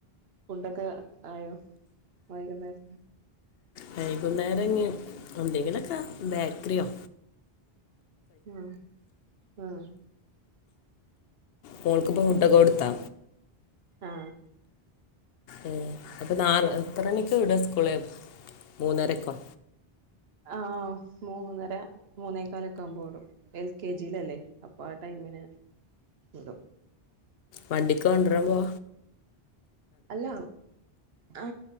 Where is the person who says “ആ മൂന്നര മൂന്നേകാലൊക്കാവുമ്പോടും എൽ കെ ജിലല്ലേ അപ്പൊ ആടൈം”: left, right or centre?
Right